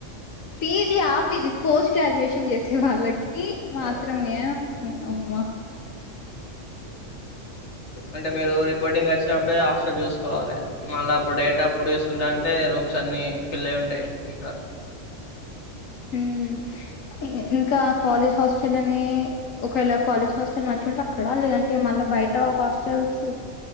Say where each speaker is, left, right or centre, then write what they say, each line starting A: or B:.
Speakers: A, on the left; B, on the left.
A: పిజీ అ పీజి పోస్ట్ గ్రాడ్యుయేషన్ చేసే వాళ్ళకి మాత్రమే
B: ఓకే
A: వస్తుంది అమ్మ <inaudible>
B: అంటే మీరు రిపోర్టింగ్ కి వచ్చినప్పుడే హాస్టల్ చూసుకోవాలి మళ్ళా అప్పుడు డే అప్పుడు చూసుకుంటానంటే రూమ్స్ అన్ని ఫిల్ అయి ఉంటాయి ఇక్కడ
A: <inaudible> హ్మ్ ఇంకా కాలేజ్ హాస్టల్నే ఒకవేళ కాలేజ్ హాస్టల్ మంచిగా ఉంటే అక్కడ లేదంటే మళ్ళా బయట హాస్టల్స్